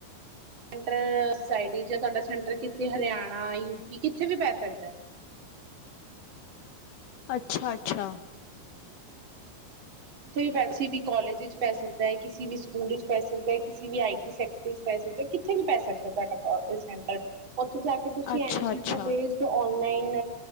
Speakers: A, on the right; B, on the left.
A: ਸੈਂਟਰ ਸੁਸਾਇਟੀ ਜਾਂ ਤੁਹਾਡਾ ਸੈਂਟਰ ਕਿੱਥੇ? ਹਰਿਆਣਾ, ਯੂਪੀ- ਕਿੱਥੇ ਵੀ ਪੈ ਸਕਦੈ।
B: ਅੱਛਾ-ਅੱਛਾ।
A: ਕਿੱਥੇ ਵੀ ਪੇ। ਕਿਸੀ ਵੀ ਕਾਲਜ ਇਚ ਪੈ ਸਕਦਾ ਏ। ਕਿਸੀ ਵੀ
B: ਹਮ
A: ਸਕੂਲ ਵਿੱਚ ਪੈਸ ਕਿਸੀ ਵੀ, ਆਈ ਟੀ ਸੈਕਟਰ ਵਿੱਚ ਪੈ ਸਕਦਾ। ਕਿੱਥੇ ਵੀ ਪੈ ਸਕਦਾ ਤੁਹਾਡਾ ਕੋ -ਸੈਂਟਰ ਉੱਥੇ ਜਾ ਕੇ ਤੁਸੀਂ
B: ਅੱਛਾ
A: ਐਮ ਸੀ
B: ਅੱਛਾ
A: ਕਿੳਜ਼ ਬੇਸਡ ਨਲਾਈਨ